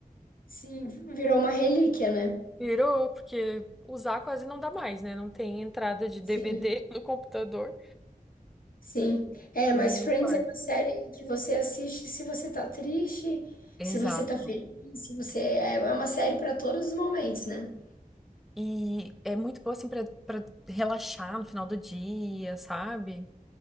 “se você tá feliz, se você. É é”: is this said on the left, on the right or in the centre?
Left